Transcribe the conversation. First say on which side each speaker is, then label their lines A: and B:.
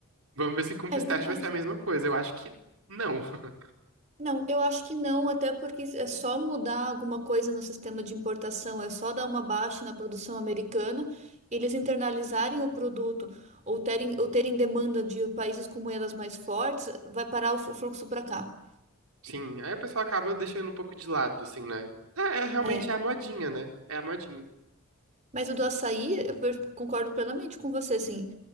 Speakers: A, on the right (about 80°); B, on the right (about 35°).
A: Vamos ver se com
B: É
A: pistache
B: verdade.
A: vai ser a mesma coisa. Eu acho que não. <laughs>
B: Não, eu acho que não, até porque é só mudar alguma coisa no sistema de importação, é só dar uma baixa na produção americana, eles internalizarem o produto ou terem, ou terem demanda de países com moedas mais fortes, vai parar o fluxo para cá.
A: Sim, aí a pessoa acaba deixando um pouco de lado, assim, né? É, é realmente
B: É.
A: é a modinha, né? É a modinha.
B: Mas o do açaí, eu per- concordo plenamente com você, assim.